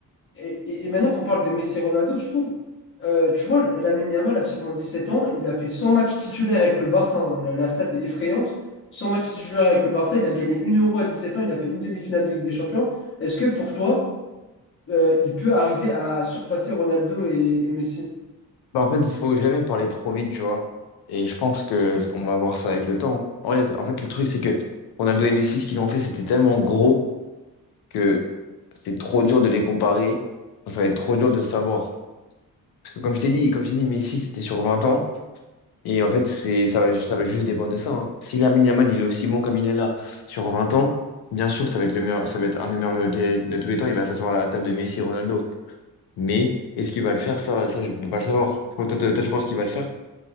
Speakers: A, on the left (about 35°); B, on the left (about 85°).
A: Et, et- et maintenant qu'on parle de Messi et Ronaldo, je trouve, euh, tu vois, Lamine Yamal a seulement 17 ans, il a fait 100 matchs titulaires avec le Barça, hein. La, la stat est effrayante. 100 matchs titulaires avec le Barça, il a gagné une Euro à 17 ans, il a fait une demi-finale de Ligue des Champions. Est-ce que pour toi, euh, il peut arriver à surpasser Ronaldo et, et Messi?
B: Bah, en fait, il faut jamais parler trop vite, tu vois. Et je pense que on va voir ça avec le temps. En vrai, en fait, le truc, c'est que Ronaldo et Messi, ce qu'ils ont fait, c'était tellement gros que c'est trop dur de les comparer. Enfin, Ça va être trop dur de savoir. Parce que comme je t'ai dit, comme je t'ai dit, Messi, c'était sur 20 ans. Et en fait, c'est, ça va, ça va juste dépendre de ça. hein. Si Lamine Yamal, il est aussi bon comme il est là sur 20 ans, bien sûr que ça va être le meilleur, ça va être un des meilleurs joueurs de, de tous les temps. Il va s'asseoir à la table de Messi et Ronaldo. Mais est-ce qu'il va le faire? Ça, ça, je peux pas le savoir. Toi, toi, toi, tu penses qu'il va le faire?